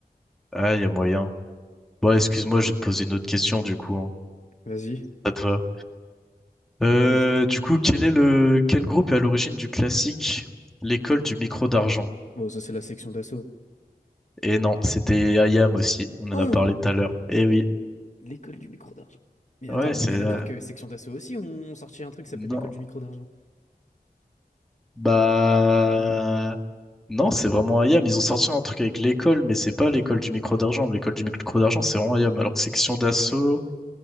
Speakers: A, in the centre; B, on the left (about 50°).
A: Ah, il y a moyen. Bon, excuse-moi, je vais te poser une autre question du coup. hein.
B: vas-y.
A: Ça te va. Euh,
B: Euh, je-
A: du coup, quel est le quel groupe est à l'origine du classique L'école du micro d'argent?
B: Bon, ça c'est la section d'assaut.
A: Et non, c'était Ayam aussi. On
B: Hein
A: en a parlé tout à l'heure. Eh oui.
B: L'école du micro d'argent. Mais
A: Ouais,
B: attends, mais
A: c'est...
B: on est
A: euh,
B: d'accord que Section d'Assaut aussi ont sorti un truc qui s'appelle
A: Non.
B: l'école du micro d'argent.
A: Bah...
B: Un album.
A: Non, c'est vraiment Ayam. Ils ont sorti un truc avec l'école, mais c'est pas l'école du micro d'argent. L'école du micro d'argent, c'est vraiment Ayam. Alors que section d'assaut...